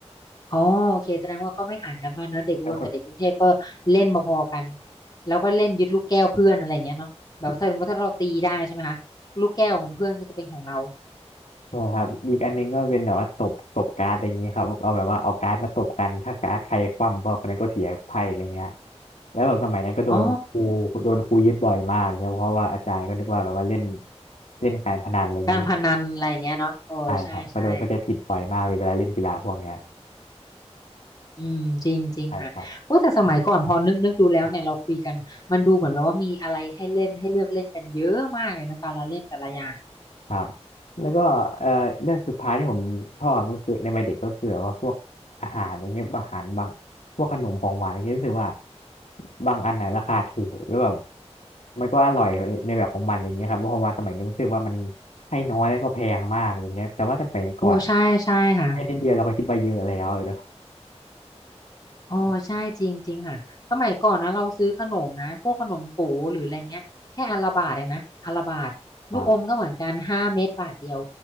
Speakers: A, on the left; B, on the left.
A: อ๋อโอเคแสดงว่าก็ไม่ห่างกันมากเนอะเด็กอุบลกับเด็กกรุงเทพก็เล่นพอๆกัน
B: แล้วก็
A: แล้วก็เล่นยึดลูกแก้วเพื่อนอะไรอย่างเงี้ยเนาะแบบถ้าสมมติถ้าเราตีได้ใช่ไหมคะลูกแก้วของเพื่อนก็จะเป็นของเรา
B: ใช่ครับอีกอันนึงก็เป็นแบบว่าตบตบการ์ดอะไรอย่างเี้ครับเอาแบบว่าเอาการ์ดมาตบกันถ้าการ์ดใครคว่ำก็คนนั้นก็เสียไพ่อะไรเงี้ยแล้วแบบสมัยนั้นก็โดนครูโดนครูยึดบ่อยมากเนี่ยเพราะว่าอาจารย์ก็นึกว่าแบบว่าเล่น
A: อ๋อ
B: เล่นการพนันอะไรอย่างนี้
A: การพนันอะไรอย่างเงี้ยเนาะโอ้ใช่ใช่
B: ใช่ครับก็โดนเขาใจผิดบ่อยมากเลยเวลาเล่นกีฬาพวกเนี้ย
A: อืมจริงจริงค่ะโอ้แต่สมัยก่อนพอนึกนึกดูแล้วเนี่ยเราคุยกันมันดูเหมือนแบบว่ามีอะไรให้เล่นให้เลือกเล่นกันเยอะมากเลยนะแต่ละเล่นแต่ละอย่าง
B: ใช่ครับ ครับแล้วก็เอ่อเรื่องสุดท้ายที่ผมชอบก็คือในวัยเด็กก็คือแบบว่าพวกอาหารอย่างเงี้ยอาหารบางพวกขนมของหวานอย่างเงี้ยรู้สึกว่าบางอันน่ะราคาถูกแล้วแบบมันก็อร่อยในแบบของมันอย่างเงี้ยครับเพราะว่าสมัยนี้รู้สึกว่ามันให้น้อยแล้วก็แพงมากอย่างเงี้ยแต่ว่าสมัยก่อน
A: โอ้ใช่ใช่ค่ะ
B: ให้นิดเดียวเราก็คิดว่าเยอะแล้วนะ
A: โอ้ใช่จริงจริงค่ะสมัยก่อนนะเราซื้อขนมนะพวกขนมโก๋หรืออะไรเงี้ยแค่อันละบาทเองนะอันละบาทลูกอมก็เหมือนกันห้าเม็ดบาทเดียว
B: ครับ